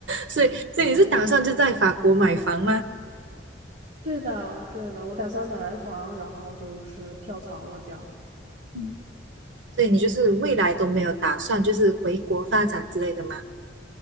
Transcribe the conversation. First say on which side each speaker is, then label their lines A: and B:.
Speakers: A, on the right (about 80°); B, on the right (about 45°).
A: 所以，所以你是打算就在法国买房吗？
B: <laughs> 对的，对的，我打算买完房，然后就是跳槽了，这样。
A: 嗯，所以你就是未来都没有打算就是回国发展之类的吗？